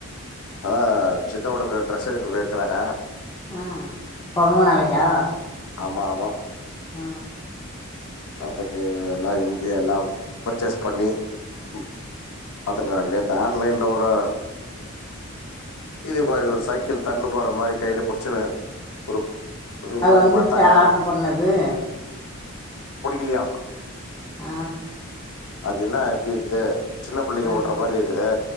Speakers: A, on the left (about 85°); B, on the left (about 15°).
A: ஆ சித்தாகொள்ளுக்கு ட்ரெஸ் எடுக்க போயிருக்கறாங்க
B: ஆ பொறந்த நாளைக்கா
A: ஆமா ஆமா
B: ஆ
A: அதுக்கு எல்லா இன்னைக்கு எல்லா பர்ச்சேஸ் பண்ணி ம் பாத்துருந்த நேத்து ஆன்லைன்லோ ஓரு இது மாரி ஒரு சைக்கிள் தண்டு போற மாரி கையில புடிச்சுன்னு ஒரு இது
B: அது
A: மாரி
B: வந்துருச்சா
A: பாத்தாங்க
B: ஆட்ரு பண்ணது
A: புடிக்கலியா
B: ஆ
A: அது என்ன எப்டி இருக்குது சின்ன பிள்ளைங்க
B: ஆ
A: ஓட்டுற மாரி இருக்குது